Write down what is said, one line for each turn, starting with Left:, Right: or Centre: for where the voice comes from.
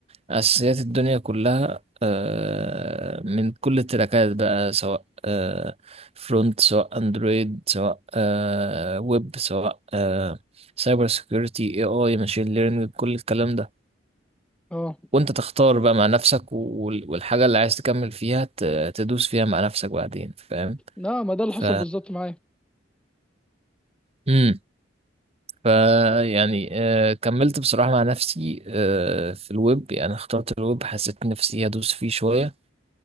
Right: أساسيات الدنيا كلها آه، من كل التراكات بقى سواء آه، فرونت سواء اندرويد سواء آه، ويب سواء آه، سايبر سيكيورتي اي اي ماشين ليرنينج كل الكلام ده
Centre: اه
Right: وانت تختار بقى مع نفسك وال- والحاجة اللي عايز تكمل فيها ت- تدوس فيها مع نفسك بعدين فاهم
Centre: لا ما ده اللي
Right: ف
Centre: حصل بالظبط معايا
Right: امم ف يعني آه، كملت بصراحة مع نفسي آه، في الويب يعني اخترت الويب حسيت نفسي هدوس فيه شوية